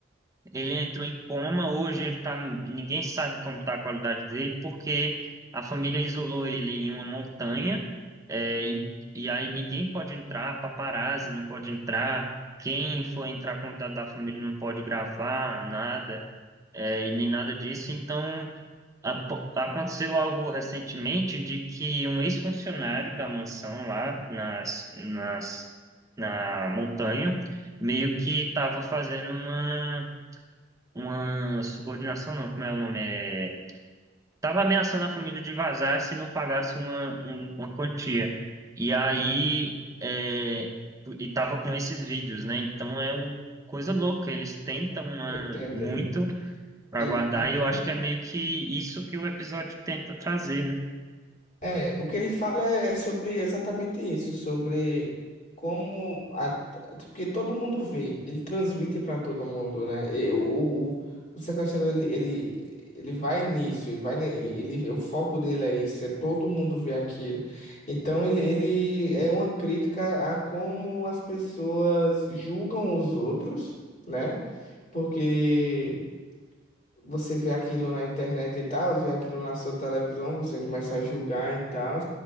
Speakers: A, on the right; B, on the left.
A: ele entrou em coma, hoje ele tá, ninguém sabe como está a qualidade dele, porque a família isolou ele em uma montanha, é, em- e, aí ninguém pode entrar, paparazzi não pode entrar, quem for entrar com o contato da família não pode gravar, nada, é, e nem nada disso. Então, apo- aconteceu algo recentemente de que um ex-funcionário da mansão lá nas, nas, na montanha meio que estava fazendo uma uma subordinação, não, como é o nome? É... Tava ameaçando a família de vazar se não pagasse uma, um- uma quantia. E aí, é... e tava com esses vídeos, né? Então é uma coisa louca. Eles tentam uma...
B: Tô Entendendo.
A: muito para
B: E,
A: guardar,
B: Aham.
A: e eu acho que é meio que isso que o episódio tenta trazer, né?
B: É, o que ele fala é é sobre exatamente isso, sobre como a- porque todo mundo vê, ele transmite para todo mundo, né? E o, o, o sequestrador ele, ele, ele vai nisso, ele vai ne- ele o foco dele é isso, é todo mundo vê aquilo. Então ele, ele é uma crítica a como as pessoas julgam os outros, né? Porque você vê aquilo na internet e tal, vê aquilo na sua televisão, você começa a julgar e tal.